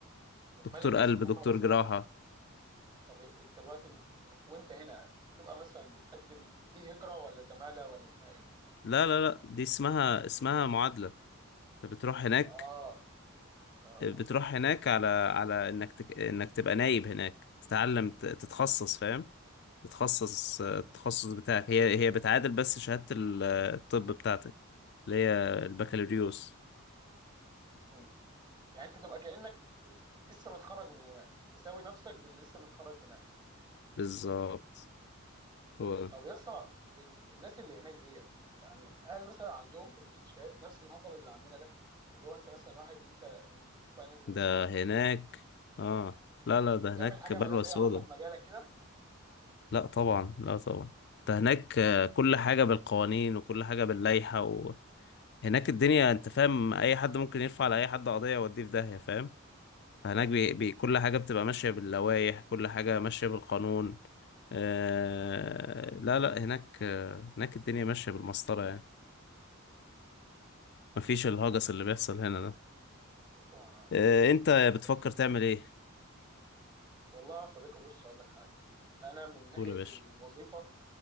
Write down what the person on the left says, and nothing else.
دكتور
قلب
دكتور
جراحة
لا لا لا دي اسمها اسمها معادلة انت بتروح هناك
بتروح هناك على على انك تك... انك تبقى نايب هناك تتعلم ت- تتخصص فاهم تتخصص
التخصص بتاعك هي هي بتعادل بس شهادة ال- الطب بتاعتك اللي هي البكالوريوس
بالظبط هو ده
ده
هناك اه لا لا ده
هناك
بلوى
سودا
لا طبعا لا طبعا ده هناك آه، كل حاجة بالقوانين وكل حاجة باللائحة وهناك الدنيا انت فاهم اي حد ممكن يرفع على اي حد قضية يوديه في داهية فاهم فهناك
بي... بي... كل حاجة بتبقى ماشية باللوائح كل حاجة ماشية بالقانون آه لا لا هناك آه هناك الدنيا ماشية بالمسطرة يعني
مفيش الهجس اللي بيحصل هنا ده
آه انت
بتفكر تعمل ايه
قول يا باشا